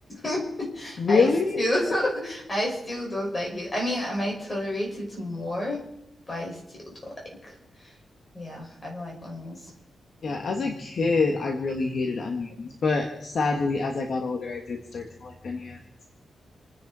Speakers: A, on the left (about 20°); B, on the left (about 50°).
A: <laughs>
B: Really?
A: I still <laughs> I still don't like it. I mean, I might tolerate it more, but I still don't like. Yeah, I don't like onions.
B: Yeah, as a kid, I really hated onions, but sadly, as I got older, I did start to like onions.